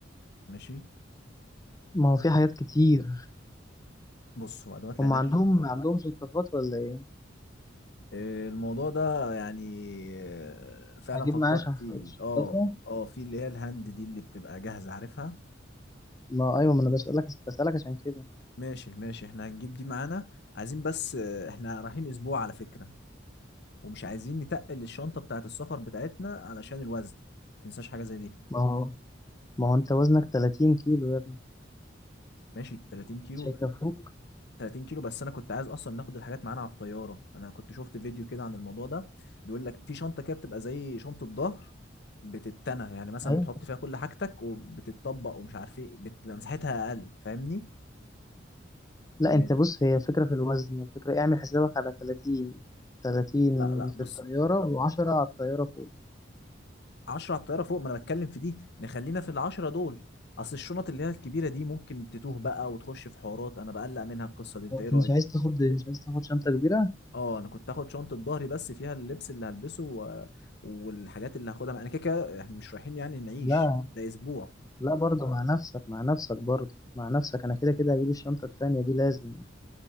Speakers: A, on the left; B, on the left.
A: ماشي
B: ما هو في حاجات كتير
A: بص هو ادوات العناش
B: هم عندهم ما عندهم شطافات ولا ايه
A: إيه الموضوع ده يعني إيه فعلا
B: هجيب
A: فكرت
B: معايا شنط-
A: فيه
B: شطافه
A: اه اه في اللي هي الهاند دي اللي بتبقى جاهزة عارفها
B: ما هو ايوه ما انا بسالك بسالك عشان كده
A: ماشي ماشي احنا هنجيب دي معانا عايزين بس آه، احنا رايحين اسبوع على فكرة ومش عايزين نتقل الشنطة بتاعت السفر بتاعتنا علشان الوزن متنساش حاجة زي دي
B: ما هو ما هو انت وزنك 30 كيلو يا ابني
A: ماشي 30 كيلو
B: مش هيكفوك
A: 30 كيلو بس انا كنت عايز اصلا ناخد الحاجات معانا على الطياره انا كنت شفت فيديو كده عن الموضوع ده بيقول لك في شنطه كده بتبقى زي شنطه ظهر بتتنى يعني مثلا
B: ايوه
A: بتحط فيها كل حاجتك وبتتطبق ومش عارف ايه بتبقى مساحتها اقل فاهمني
B: لا
A: م-
B: انت بص هي فكره في الوزن الفكره اعمل حسابك على 30 30
A: لا لا بص
B: في الطياره و10 على الطياره فوق
A: 10 على الطياره فوق ما انا بتكلم في دي نخلينا في العشرة دول اصل الشنط اللي هي الكبيره دي ممكن تتوه بقى وتخش في حوارات انا بقلق منها القصه دي انت
B: هو
A: ايه
B: انت
A: رايك
B: مش عايز تاخد مش عايز تاخد شنطة كبيرة؟
A: اه انا كنت هاخد شنطه ظهري بس فيها اللبس اللي هلبسه و... والحاجات اللي هاخدها معايا. انا كده كده احنا مش رايحين يعني نعيش
B: لا
A: ده اسبوع
B: لا برضه مع نفسك مع نفسك برضه مع نفسك انا كده كده هجيب الشنطة التانية دي لازم